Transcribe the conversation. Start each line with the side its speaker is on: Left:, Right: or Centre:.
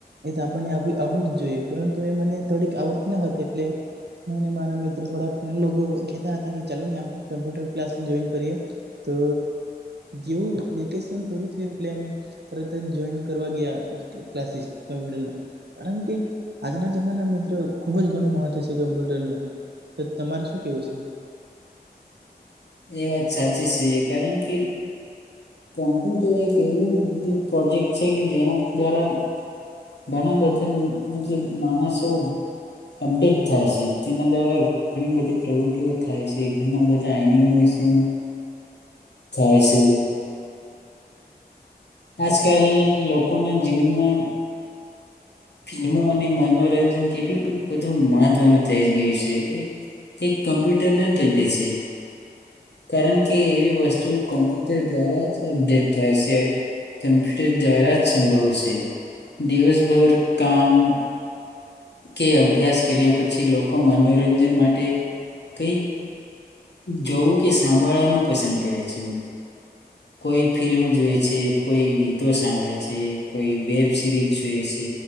Right: એ આપને આવડવી જ જોઈએ પરંતુ એ મને થોડીક આવડતી ન હતી એટલે હું મારા મિત્ર થોડા કતા હતા કે ચાલો ને આપ કમ્પ્યુટર ક્લાસ જોઈન કરીએ તો જેવું વેકેશન પૂરું થયું એટલે અમે તરત જ જોઈન કરવા ગયા ક્લાસીસ કમ્પ્યુટર કારણ કે આજના જમાના મિત્રો ખુબ જ ઘણું મહત્વ છે કમ્પ્યુટરનું તમારે શું કેવું છે
Left: એ વાત સાચી છે કારણ કે કોમ્પ્યુટર એક એવું મતલ પ્રોજેક્ટ છે કે જેના દ્વારા ઘણા બધા મતલબ માણસો અપડેટ થાય છે જેના દ્વારા ઘણી બધી પ્રવૃતિઓ થાય છે ઘણા બધા એનિમસનો થાય છે આજકાલ લોકોના જીવનમાં ફિલ્મો અને મનો મનોરંજન કેટલું બધું મહત્વનું થઈ ગયું છે એક કમ્પ્યુટર ના જ લીધે છે કારણ કે એવી વસ્તુ કોમ્પ્યુટર દ્વારા જ અપડેટ થાય છે કમ્પ્યુટર દ્વારા જ સંભવ દિવસભર કામ કે અભ્યાસ કર્યા પછી લોકો મનોરંજન માટે કઈક જવું કે સાંભળવાનું પસંદ કરે છે કોઈ ફિલ્મ જો છે કોઈ ગીતો સાંભળે છે કોઈ વેબ સિરીઝ જોય છે